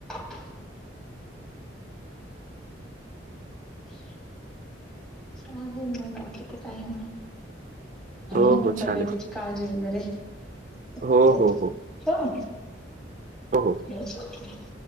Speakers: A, in the centre; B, on the right.
A: <inaudible> चालेल मग बाकी, तर काही ना?
B: हो
A: अ मी
B: हो
A: तब्यतीची
B: चालेल
A: काळजी वगैरे ते
B: हो हो
A: च!
B: हो
A: !
B: हो हो! !
A: ह <inaudible> <unintelligible> <inaudible>